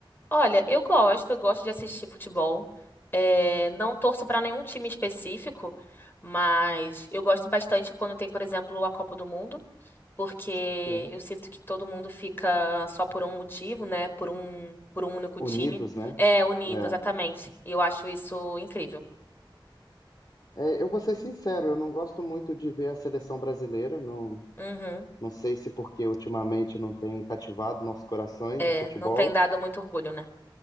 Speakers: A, on the left; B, on the left.
A: Olha, eu gosto, eu gosto de assistir futebol. É, não torço pra nenhum time específico, mas eu gosto bastante quando tem, por exemplo, a Copa do Mundo, porque
B: Sim.
A: eu sinto que todo mundo fica só por um motivo, né? Por um, por um único
B: Unidos,
A: time.
B: né?
A: É, unido,
B: É.
A: exatamente. E eu acho isso incrível.
B: É, eu vou ser sincero, eu não gosto muito de ver a seleção brasileira. Não,
A: Uhum.
B: não sei se porque ultimamente não tem cativado nossos corações
A: É,
B: o futebol,
A: não tem dado muito orgulho, né?